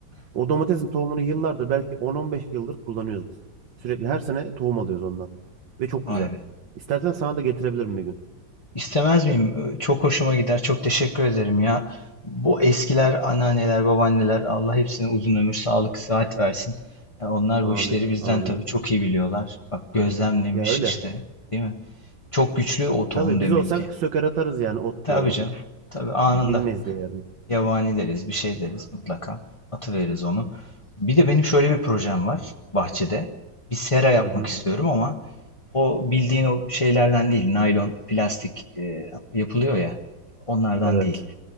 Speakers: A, on the right; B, on the left.
A: O domatesin tohumunu yıllardır belki 10-15 yıldır kullanıyoruz biz. Sürekli her sene tohum alıyoruz ondan. Ve çok
B: vay
A: güzel.
B: be.
A: İstersen sana da getirebilirim bir gün.
B: İstemez miyim? Çok hoşuma gider. Çok teşekkür ederim ya. Bu eskiler, anneanneler, babaanneler Allah hepsine uzun ömür, sağlık, sıhhat versin. Ya onlar
A: Amin.
B: bu işleri bizden
A: Amin.
B: tabii çok iyi biliyorlar. Bak gözlemlemiş
A: Ya öyle.
B: işte, değil mi? Çok güçlü o tohum
A: Tabii
B: demek
A: biz olsak
B: ki.
A: söker atarız yani ot
B: Tabii
A: diye bu.
B: canım. Tabii anında.
A: Bilmeyiz de
B: Yabani deriz, bir şey deriz mutlaka. Atıveririz onu. Bir de benim şöyle bir projem var bahçede. Bir sera yapmak
A: Hı hı.
B: istiyorum ama o bildiğin o şeylerden değil. Naylon, plastik e, yapılıyor ya. Onlardan
A: Evet.
B: değil.